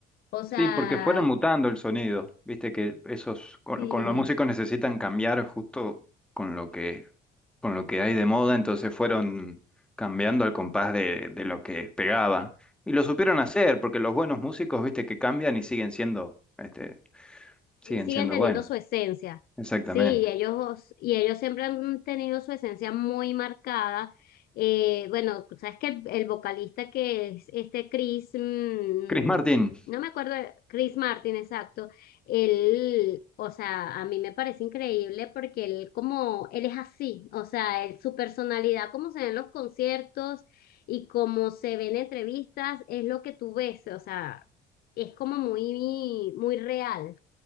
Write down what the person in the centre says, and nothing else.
Sí, porque fueron mutando el sonido. Viste que esos con,
con los músicos necesitan cambiar justo con lo que con lo que hay de moda, entonces fueron cambiando al compás de, de lo que pegaba. Y lo supieron hacer, porque los buenos músicos, viste, que cambian y siguen siendo, este, siguen
siendo
buenos.
Exactamente.
Chris Martin,